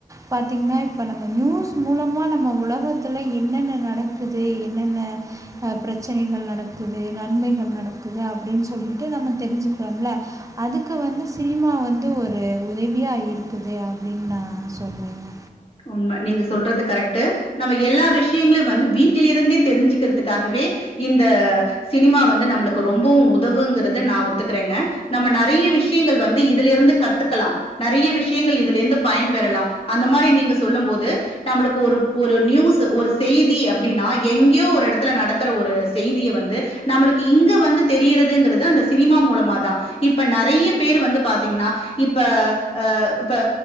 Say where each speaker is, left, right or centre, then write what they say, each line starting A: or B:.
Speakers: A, on the right; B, on the left.
A: பாத்திங்ன்னா இப்ப நம்ம நியூஸ் மூலமா நம்ம உலகத்துல என்னென்ன நடக்குது என்னென்ன ப்ரச்சனைகள் நடக்குது நன்மைகள் நடக்குது அப்டின் சொல்லிட்டு நம்ம தெரிஞ்சுக்கலாம்ல அதுக்கு வந்து சினிமா வந்து ஒரு உதவியா இருக் க்குது அப்டின் நா சொல்வேங்க
B: உண்ம நீங்க சொல்றது கரெக்ட்டு நம்ம எல்லா விஷ்யங்களு வந்து வீட்டில் இருந்தே தெரிஞ்சிக்கிறதுக்காகவே இந்த சினிமா வந்து நம்புளுக்கு ரொம்போ உதவுங்கறத நா ஒத்துக்குறேங்க நம்ம நெறய விஷ்யங்கள் வந்து இதுலேருந்து கத்துக்கலாம் நெறய விஷ்யங்கள் இதுலேருந்து பயன்பெறலாம் அந்த மாறி நீங்க சொல்லும் போது நம்ப்லுக்கு ஒரு நியூஸ்ஸு ஒரு செய்தி அப்டின்னா எங்யோ ஒரு எடத்துல நடக்குற ஒரு செய்திய வந்து நம்புளுக்கு இங்க வந்து தெரியிறதுங்கறது அந்த சினிமா மூலமா தா இப்ப நெறய பேரு வந்து பாத்திங்ன்னா இப்ப ஆ இப்ப